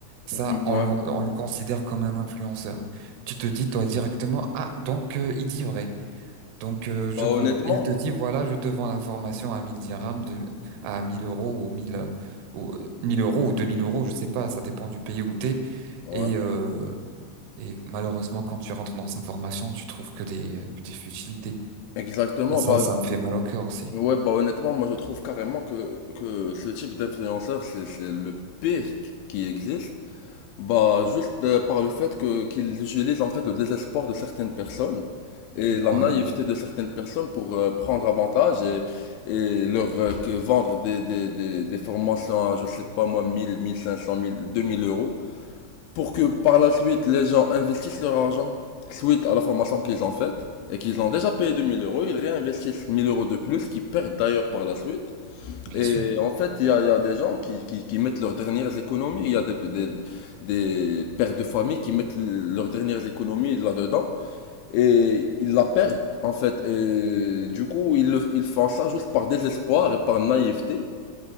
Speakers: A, on the right; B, on the left.
A: Ça
B: Ouais.
A: on, l'en- on le considère comme un influenceur. Tu te dis toi directement ah donc euh, il dit vrai. Donc, euh, je
B: Bah,
A: peux.
B: honnêtement,
A: Il te dit, voilà, je te vends la formation à 1000 dirhams, de- à mille euros ou mille ou euh, 1000 euros ou 2000 euros, je sais pas, ça dépend du pays où t'es.
B: ouais.
A: Et, euh, et malheureusement, quand tu rentres dans sa formation, tu trouves que des, que des futilités.
B: Exactement,
A: Et ça,
B: bah,
A: ça me fait mal au cœur aussi.
B: Ouais, bah honnêtement, moi je trouve carrément que, que ce type d'influenceur, c'est, c'est le pire qui existe. Bah juste euh, par le fait que qu'ils utilisent en fait le désespoir de certaines personnes et
A: Voilà,
B: la naïveté de certaines personnes pour euh, prendre avantage et, et leur euh, que vendre des, des, des, des formations à, je sais pas moi, mille mille cinq cents mille deux mille euros pour que par la suite les gens investissent leur argent suite à la formation qu'ils ont faite et qu'ils ont déjà payé 2000 euros, ils réinvestissent 1000 euros de plus qu'ils perdent d'ailleurs par la suite.
A: bien
B: Et
A: sûr.
B: en fait, il y a, il y a des gens qui, qui, qui mettent leurs dernières économies, il y a des, des, des pères de famille qui mettent leurs dernières économies là-dedans et ils la perdent en fait. Et du coup, ils, le- ils font ça juste par désespoir et par naïveté